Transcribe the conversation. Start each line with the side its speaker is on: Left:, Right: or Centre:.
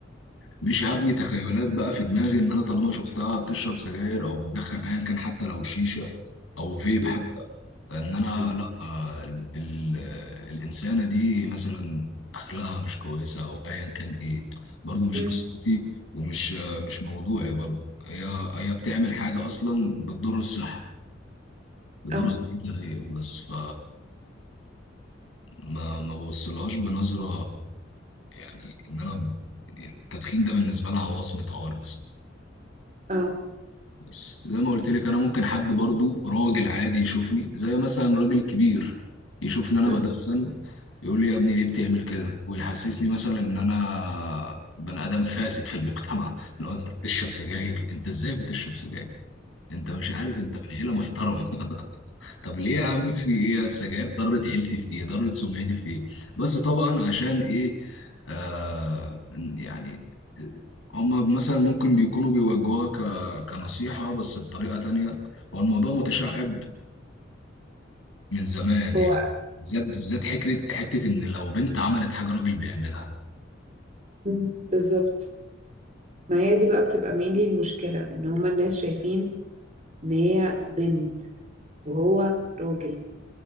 Left: مش هبني تخيلات بقى في دماغي ان انا طالما شفتها بتشرب سجاير او بتدخن ايا كان حتى لو شيشة او فيب
Right: أم،
Left: ان انا
Right: أم،
Left: لا آه، ال- ال- الانسانه دي مثلا اخلاقها مش كويسه او ايا كان ايه برضو مش
Right: أم.
Left: قصتي ومش آه، مش موضوعي برضو هي هي بتعمل حاجه اصلا بتضر الصحه بتضر
Right: اه
Left: صحتها هي بس ف ما ما ببصلهاش بنظره يعني ان انا ب- يعني التدخين ده بالنسبه لها وصمه عار بس
Right: اه
Left: بص زي ما قلت لك انا ممكن حد برضو راجل عادي يشوفني زي مثلا راجل كبير يشوفني انا
Right: أم.
Left: بدخن يقول لي يا ابني ليه بتعمل كده ويحسسني مثلا ان انا بني ادم فاسد في المجتمع لو انت بتشرب سجاير انت ازاي بتشرب سجاير انت مش عارف انت من عيله محترمه <laughs> طب ليه يا عم في ايه السجاير ضرت عيلتي في ايه ضرت سمعتي في ايه بس طبعا عشان ايه آه يعني هما مثلا ممكن بيكونوا بيوجهوها ك- كنصيحة بس بطريقة تانية هو الموضوع متشعب من زمان يعني
Right: هو
Left: بالذات بالذات حكرة حتة إن لو بنت عملت حاجة راجل بيعملها
Right: أم، بالظبط ما هي دي بقى بتبقى mainly المشكلة إن هما الناس شايفين إن هي بنت وهو راجل